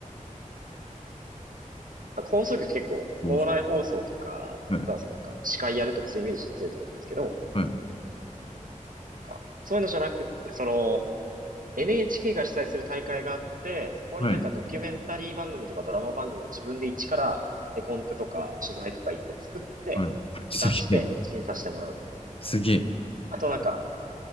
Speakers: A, on the right; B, on the left.
A: なんか放送局って結構、
B: もう、
A: 校内放送とか、
B: はい。
A: そうそうなんか司会やるとかそういうイメージ強いと思うんですけど、
B: はい。
A: なんかそういうのじゃなくって、その、NHK が主催する大会があって、そこになんかドキュメンタリー番組とかドラマ番組を自分で一から絵コンテとか取材とか行って作って出して審査してもらうとか。
B: はい。はい。はい。すげえ。すげえ。
A: あとなんか、